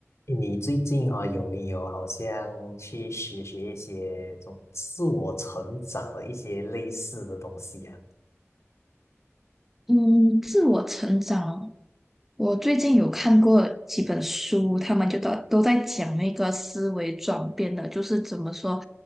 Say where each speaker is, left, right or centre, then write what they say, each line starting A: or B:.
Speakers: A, on the left; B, in the centre.
A: 你最近啊，有没有好像去学学一些这种自我成长的一些类似的东西呀？
B: 嗯，自我成长，我最近有看过几本书，他们就都都在讲那个思维转变的，就是怎么说